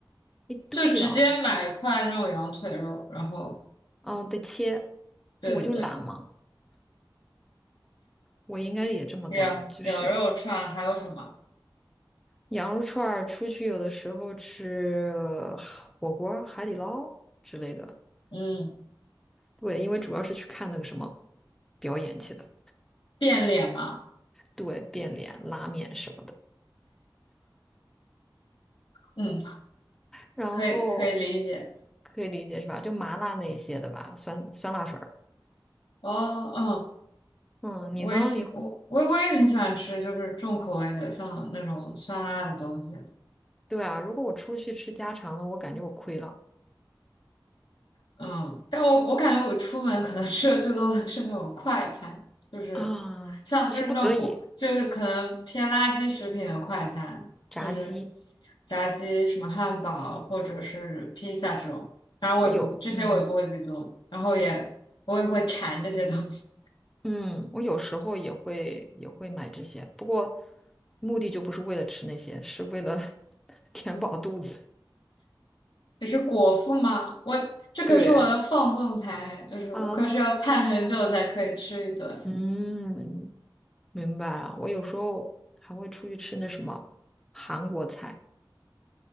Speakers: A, in the centre; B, on the left (about 70°).
A: 哎，
B: 就直接买一块那种羊腿肉，
A: 对呀、
B: 然后
A: 嗯、得切，
B: 对对对，
A: 我就懒嘛，我应该也这么干，
B: 羊羊肉串还有什么？
A: 就是羊肉串儿出去有的时候吃呃火锅儿海底捞之类的。
B: 嗯，
A: 对，因为主要是去看那个什么表演去的，
B: 变脸吗？
A: 对，变脸、拉面什么的，
B: 嗯，
A: 然后
B: 可以可以理解。
A: 可以理解是吧？就麻辣那一些的吧，酸酸辣粉儿。
B: 哦，嗯，
A: 嗯，
B: 我也喜我我我也很喜欢吃，
A: 你呢？你
B: 就是重口味的，像那种酸辣的东西。
A: 对啊，如果我出去吃家常的，我感觉我亏了
B: 嗯，但我我感觉我出门可能吃的最多的是那种快餐，就是像就是那种不就是可能偏垃圾食品的快餐，
A: 啊，那是不得已。炸鸡，
B: 就是炸鸡、什么汉堡或者是披萨这种。反正我也不这些我也不会自己做，
A: 我有，嗯
B: 然后也我也会馋这些东西。
A: 嗯，我有时候也会也会买这些，不过目的就不是为了吃那些，是为了 <laughs> 填饱肚子。
B: 只是果腹吗？我这可是我的放纵餐，
A: 对
B: 就是我可是要盼很久才可以吃一顿。
A: 啊，这样，嗯。明白了。我有时候还会出去吃那什么韩国菜，